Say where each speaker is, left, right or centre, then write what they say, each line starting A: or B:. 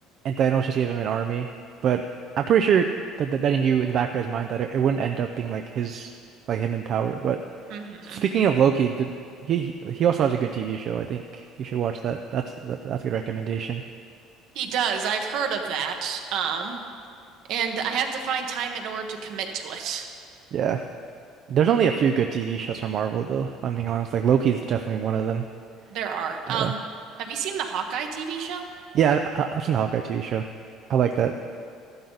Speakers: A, on the right; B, on the right.
A: and Thanos just gave him an army. But I'm pretty sure that that, that he knew in the back of his mind that it, it wouldn't end up being like his like him in power. But
B: hmm
A: speaking of Loki, did he he also has a good TV show. I think you should watch that. That's that, that's a good recommendation.
B: He does. I've heard of that. Um, and I have to find time in order to commit to it.
A: Yeah. There's only a few good TV shows from Marvel, though, if I'm being honest. Like Loki's definitely one of them.
B: There are. Um,
A: But
B: have you seen the Hawkeye TV show?
A: yeah, I, I've seen the Hawkeye TV show. I like that.